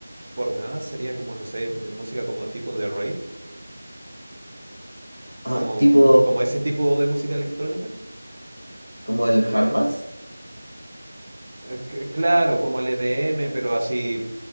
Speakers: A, on the right; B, on the left.
A: por nada sería como, no sé, eh, música como tipo de rave,
B: Ah,
A: como,
B: tipo
A: mu- como ese tipo de música electrónica.
B: como el hard bass.
A: Eh, c- Claro, como el EDM, pero así